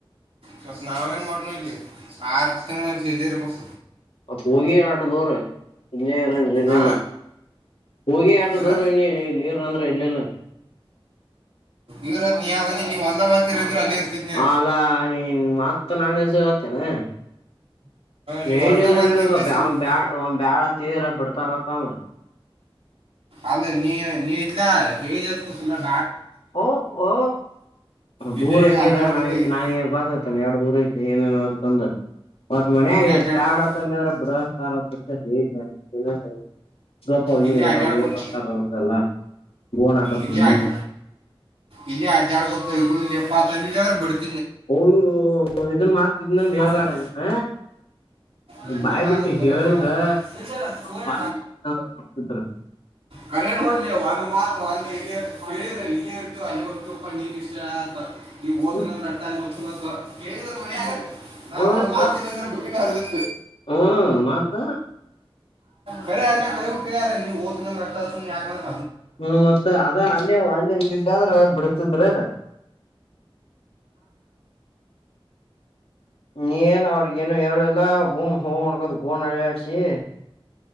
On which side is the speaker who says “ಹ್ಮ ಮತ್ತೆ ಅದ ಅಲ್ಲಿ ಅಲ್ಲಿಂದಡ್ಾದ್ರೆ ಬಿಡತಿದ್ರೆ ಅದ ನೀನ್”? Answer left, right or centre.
Left